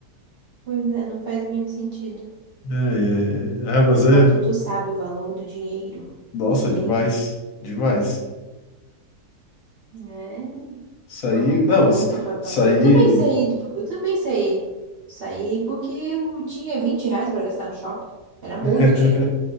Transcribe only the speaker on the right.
pois é, não faz muito sentido.
O adulto sabe o valor do dinheiro,
entende?
Né?
Mamãe
pagou,
papai pagou.
Eu também saí, do- eu também saí. Saí porque eu tinha 20 reais para gastar no shopping. Era muito
dinheiro.